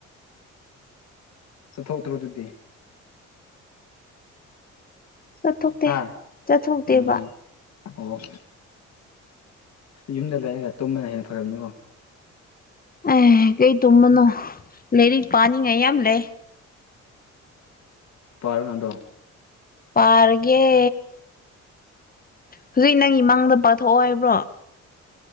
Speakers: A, on the left (about 60°); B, on the left (about 30°).
A: ꯆꯠꯊꯣꯛꯇ꯭ꯔꯣ ꯑꯗꯨꯗꯤ
B: ꯆꯠꯊꯣꯛꯇꯦ
A: ꯍꯥꯥ
B: ꯆꯠꯊꯣꯛꯇꯦꯕ
A: ꯎ ꯑꯣ ꯌꯨꯝꯗ ꯂꯩꯔꯒ ꯇꯨꯝꯕꯅ ꯍꯟꯅ ꯐꯔꯕꯅꯤꯀꯣ
B: ꯑꯦ ꯀꯩ ꯇꯨꯝꯕꯅꯣ ꯂꯥꯏꯔꯤꯛ ꯄꯥꯅꯤꯡꯉꯥꯏ ꯌꯥꯝ ꯂꯩ
A: ꯄꯥꯔꯅꯗꯣ
B: ꯄꯥꯔꯒꯦ ꯍꯧꯖꯤꯛ ꯅꯪ ꯏꯃꯥꯡꯗ ꯄꯥꯛꯊꯣꯛꯑꯣ ꯍꯥꯏꯕ꯭ꯔꯣ